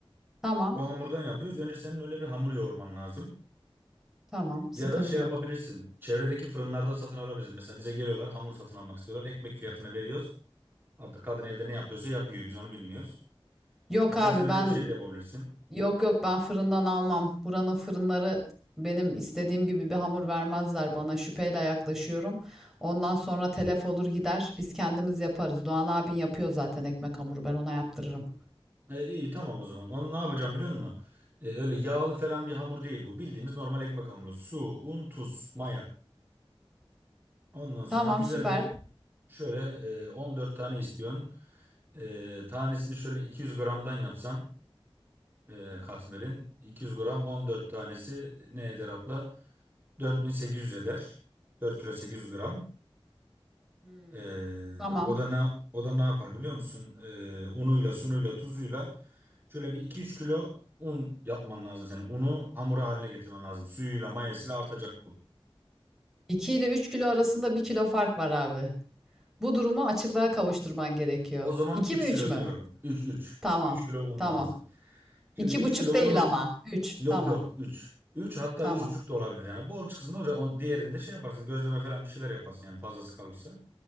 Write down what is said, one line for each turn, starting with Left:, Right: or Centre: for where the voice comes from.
Centre: Tamam,
Right: O hamurdan yapıyoruz. Önce senin öyle bir hamur yoğurman lazım.
Centre: tamam, sıkıntı
Right: Ya da şey
Centre: yok.
Right: yapabilirsin. Çevredeki fırınlarda satın alabilirsin. Mesela bize geliyorlar hamur satın almak istiyorlar. Ekmek fiyatına veriyoruz. Artık kadın evde ne yapıyorsa yapıyor. Biz onu bilmiyoruz.
Centre: Yok
Right: İstersen
Centre: abi
Right: öyle
Centre: ben,
Right: bir şey de yapabilirsin.
Centre: yok yok ben fırından almam. Buranın fırınları benim istediğim gibi bir hamur vermezler bana. Şüpheyle yaklaşıyorum. Ondan sonra telef olur gider. Biz kendimiz yaparız. Doğan abin yapıyor zaten ekmek hamuru. Ben ona yaptırırım.
Right: E, iyi tamam o zaman. Onu ne yapacağım biliyor musun? E, öyle yağlı falan bir hamur değil bu. Bildiğimiz normal ekmek hamuru. Su, un, tuz, maya. Ondan sonra
Centre: Tamam,
Right: güzel
Centre: süper.
Right: bir şöyle e, 14 tane istiyorsun. E, tanesini şöyle 200 gramdan yapsan e, katmerin. 200 gram 14 tanesi ne eder abla? 4800 eder. 4 kilo 800 gram.
Centre: Hmm.
Right: Ee,
Centre: Tamam.
Right: o da ne o da ne yapar biliyor musun? Ee, unuyla, sunuyla, tuzuyla şöyle bir iki üç kilo un yapman lazım senin. Unu hamura haline getirmen lazım. Suyuyla, mayasıyla artacak bu.
Centre: 2 ile üç kilo arasında bir kilo fark var abi. Bu durumu açıklığa kavuşturman gerekiyor.
Right: O zaman
Centre: 2
Right: 3
Centre: mi 3
Right: kilo
Centre: mü?
Right: diyorum. Üç üç
Centre: Tamam.
Right: üç kilo un
Centre: Tamam.
Right: lazım. Şimdi
Centre: İki
Right: 3
Centre: buçuk
Right: kilo
Centre: değil
Right: unu
Centre: ama. Üç.
Right: yok
Centre: Tamam.
Right: yok üç üç hatta
Centre: Tamam.
Right: üç buçuk da olabilir yani. Bol çıksın oraya on, diğerinde şey yaparsın. Gözleme falan bir şeyler yaparsın yani fazlası kalırsa.